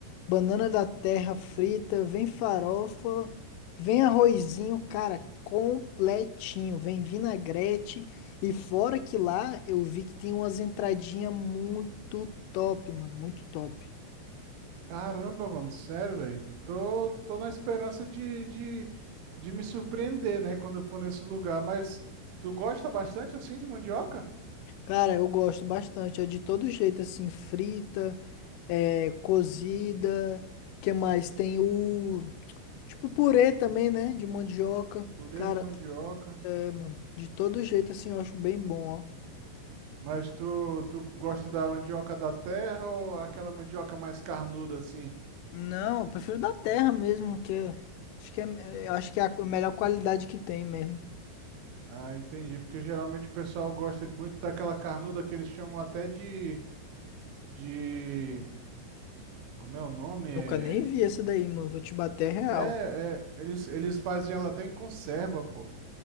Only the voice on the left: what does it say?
banana da terra frita, vem farofa, vem arrozinho, cara, completinho. Vem vinagrete. E fora que lá eu vi que tem umas entradinhas muito Top, mano, muito top.
Cara, eu gosto bastante. É de todo jeito, assim, frita, é, cozida. Que mais? Tem o. Tipo purê também, né? De mandioca.
Cara,
é, mano. De todo jeito, assim, eu acho bem bom, ó.
Não, eu prefiro da terra mesmo, que é- acho que é, é, acho que é a melhor qualidade que tem mesmo.
Nunca
nem vi essa daí, mano. Vou te bater real.